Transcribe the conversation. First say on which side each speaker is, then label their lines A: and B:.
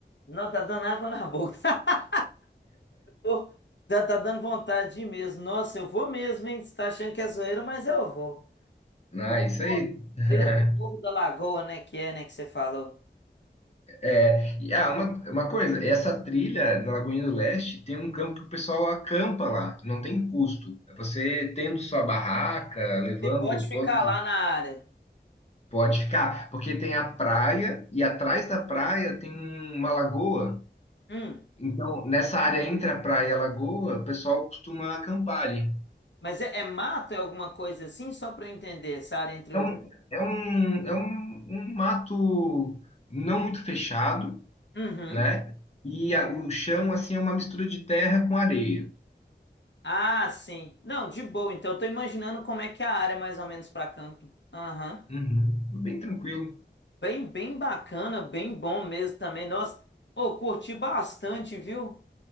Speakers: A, on the left; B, on the left.
A: não tá dando água na boca. <laughs> Pô, já tá dando vontade de ir mesmo. Nossa, eu vou mesmo, hein? Você tá achando que é zoeira, mas eu vou.
B: Ah, isso
A: Pô,
B: aí. <laughs>
A: trilha do Morro da Lagoa, né? Que é, né? Que você falou.
B: É, e, ah, uma, uma coisa, essa trilha da Lagoinha do Leste tem um campo que o pessoal acampa lá, não tem custo. É Você tendo sua barraca, levando
A: Você pode ficar
B: todos,
A: lá na área.
B: pode ficar, porque tem a praia e atrás da praia tem uma lagoa.
A: Hum,
B: Então, nessa área entre a praia e a lagoa, o pessoal costuma acampar ali.
A: mas é, é mato, é alguma coisa assim? Só pra eu entender, essa área entre
B: Então,
A: o.
B: é um, é um, um mato não muito fechado,
A: Uhum.
B: né? E a- o chão, assim, é uma mistura de terra com areia.
A: Ah, sim. Não, de boa. Então eu tô imaginando como é que é a área mais ou menos pra camping. Aham.
B: Uhum. Bem tranquilo.
A: Bem, bem bacana, bem bom mesmo também. Nossa, ô, curti bastante, viu?